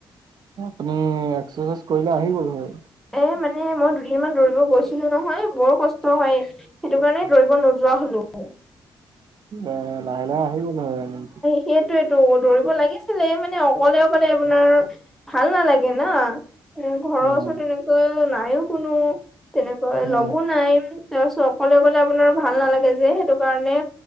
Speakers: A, on the right; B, in the centre.
A: তুমি এক্সাৰচাইজ কৰিলে আহি গ'ল হয়।
B: এ, মানে মই দুদিন মান দৌৰিব গৈছিলো নহয়, বৰ কষ্ট হয়। সেইটো কাৰণে দৌৰিব নোযোৱা হ'লো আকৌ।
A: অ, লাহে-লাহে আহি গ'ল হয় ৰানিং।
B: সেইটোৱেটো, দৌৰিব লাগিছিলে, মানে অকলে-অকলে আপোনাৰ ভাল নালাগে ন। উম, ঘৰৰ
A: উম
B: ওচৰত তেনেকৈ নাইও কোনো, তেনেকৈ
A: উম
B: লগো নাই। তাৰপিছত অকলে-অকলে আপোনাৰ ভাল নালাগে যে, সেইটো কাৰণে